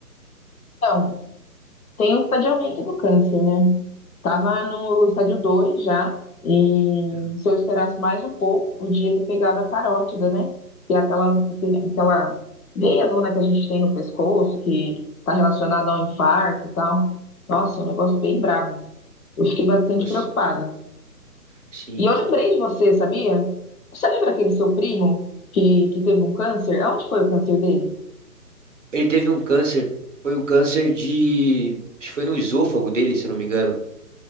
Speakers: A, on the left (about 60°); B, on the right (about 50°).
A: Então, tem o estadiamento do câncer, né? Tava no estádio 2 já, e
B: Tá.
A: se eu esperasse mais um pouco, podia ter pegado a carótida, né? Que é aquela, aquele- aquela veia dona que a gente tem no pescoço, que está relacionada ao infarto e tal. Nossa, é um negócio bem brabo. Eu fiquei bastante
B: Nossa,
A: preocupada.
B: sim.
A: E eu
B: que-
A: lembrei de você, sabia? Você lembra aquele seu primo que, que teve um câncer? Aonde foi o câncer dele?
B: Ele teve um câncer, foi um câncer de... acho que Foi no esôfago dele, se eu não me engano.